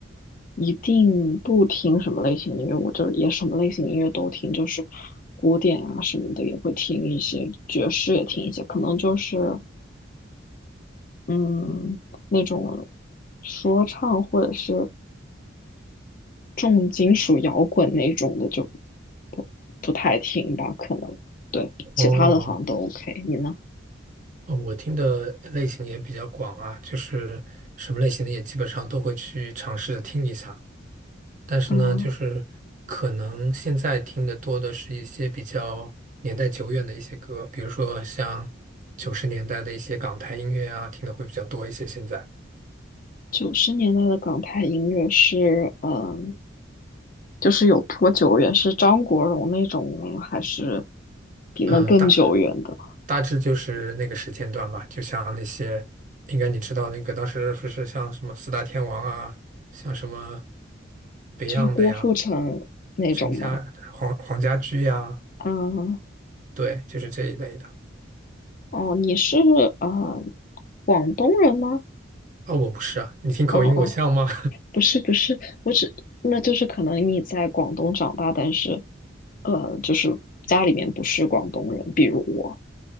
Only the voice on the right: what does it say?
哦，
呃我听的类型也比较广啊，就是什么类型的也基本上都会去尝试着听一下。但是呢，
就是可能现在听的多的是一些比较年代久远的一些歌，比如说像九十年代的一些港台音乐啊，听的会比较多一些。现在，
呃，大大致就是那个时间段吧，就像那些，应该你知道那个当时不是像什么四大天王啊，像什么 Beyond
的呀，陈家黄黄家驹呀，
对，就是这一类的。
啊、我不是啊，你听口音我像吗？